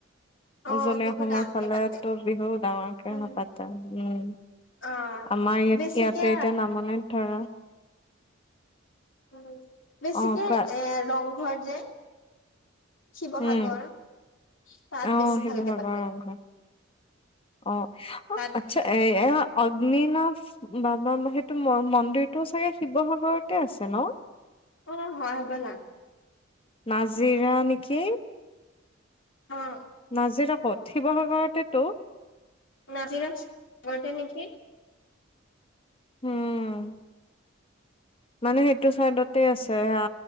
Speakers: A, on the left (about 70°); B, on the left (about 30°).
A: অ',
B: উজনি
A: বিহু
B: অসমৰ
A: ডাঙৰকে
B: ফালেতো
A: পাতে।
B: বিহু ডাঙৰকে
A: উম,
B: পাতে, উম-
A: অ',
B: আমাৰ ইয়াতো
A: বেছিকে
B: ইয়াতে এতিয়া নামনিত ধৰা
A: উম বেছিকে
B: অ
A: এ
B: কোৱা
A: ৰং ঘৰ যে শিৱসাগৰ
B: উমঅ
A: তাত বেছি
B: শিৱসাগৰৰ
A: ভালকে পাতে।
B: ৰংঘৰ। অ
A: তাত
B: আচ্ছা এইয়া অগ্নিনাভ বাবা সেইটো মন্দিৰটো চাগে শিৱসাগৰতে আছে ন
A: অ হয় হ'বলা।
B: নাজিৰা নেকি
A: অ',
B: নাজিৰা কত? শিৱসাগৰতেটো।
A: নাজিৰা ঘৰতে নেকি?
B: উম মানে সেইটো চাইডতে আছে সেয়া